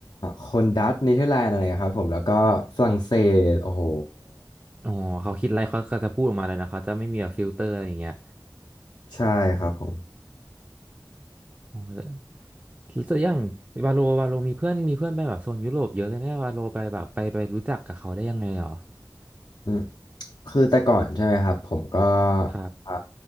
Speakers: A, on the left; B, on the right.
A: คนดัตช์เนเธอร์แลนด์อะไรครับผมแล้วก็ฝรั่งเศสโอ้โห
B: อ๋อเขาคิดอะไรเขาก็จะพูดออกมาเลยนะเขาจะไม่มีแบบฟิลเตอร์อะไรอย่างเงี้ย
A: ใช่ครับผม
B: อ๋อ แล้วตัอย่างวาโลวาโลมีเพื่อนมีเพื่อนไปแบบโซนยุโรปเยอะเลยเนี่ยวาโลไปแบบไปไปรู้จักกับเขาได้ยังไงหรอ
A: อืมคือแต่ก่อนใช่ไหมครับผมก็
B: ครับ
A: อ่า